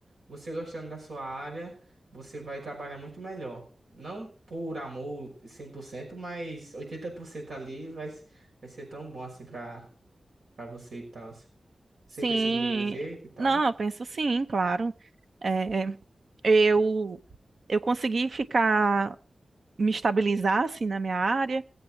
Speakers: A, on the right; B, on the right.
A: Você gostando da sua área, você vai trabalhar muito melhor. Não por amor cem por cento mas 80% ali vai, vai ser tão bom assim pra, pra você e tal. Você
B: Sim.
A: pensa do mesmo jeito e tal.
B: Não, eu penso sim, claro. É, Eu, eu consegui ficar, me estabilizar assim na minha área.